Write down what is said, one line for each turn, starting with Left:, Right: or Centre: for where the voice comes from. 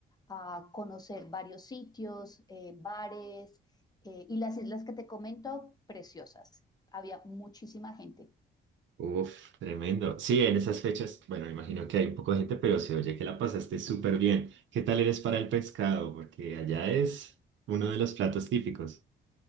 Left: a conocer varios sitios, eh, bares, eh, y las islas que te comento, preciosas. Había muchísima gente.
Right: Uf, tremendo. Sí, en esas fechas, bueno, me imagino que hay un poco de gente, pero se oye que la pasaste súper bien. ¿Qué tal eres para el pescado? Porque allá es uno de los platos típicos.